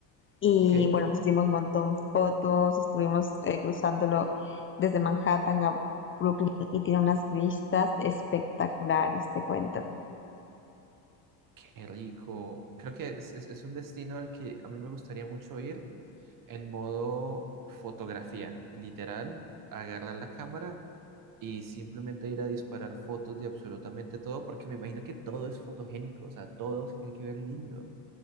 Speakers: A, on the left (about 25°); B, on the right (about 40°).
A: y
B: ¿Ok?
A: bueno, nos hicimos un montón fotos, estuvimos eh, cruzándolo desde Manhattan a Brooklyn y tiene unas vistas espectaculares, te cuento.
B: Qué rico. Creo que es, es- es un destino al que a mí me gustaría mucho ir en modo fotografía, literal, agarrar la cámara y simplemente ir a disparar fotos de absolutamente todo, porque me imagino que todo es fotogénico, o sea, todo se tiene que ver lindo.